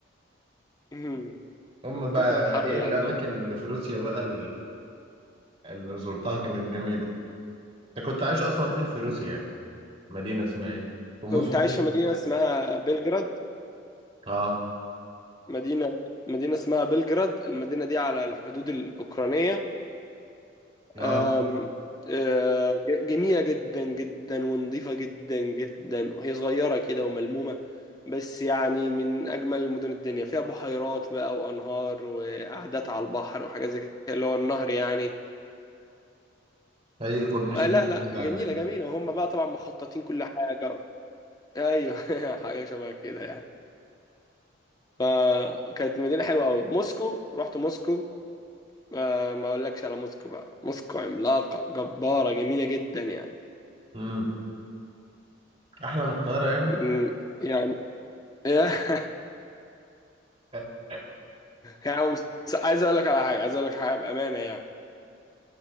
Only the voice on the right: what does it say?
هم بقى
ايه
الاماكن
اللي في روسيا بقى ال- اللي زرتها كانت جميله انت كنت عايش اصلا فين في روسيا يعني مدينه اسمها ايه في موسكو
اه
اه
هي كورنيش
النيل
كده
عندنا
امم احلى من القاهره يعني
<laughs>